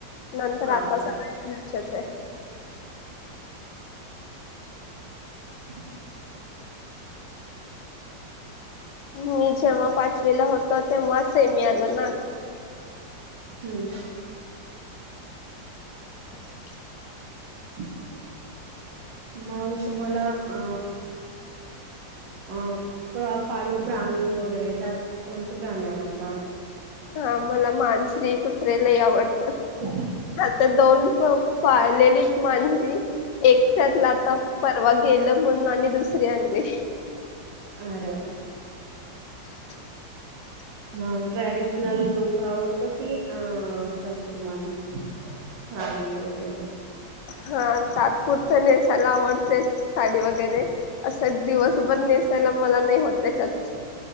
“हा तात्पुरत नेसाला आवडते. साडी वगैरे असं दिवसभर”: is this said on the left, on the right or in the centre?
Left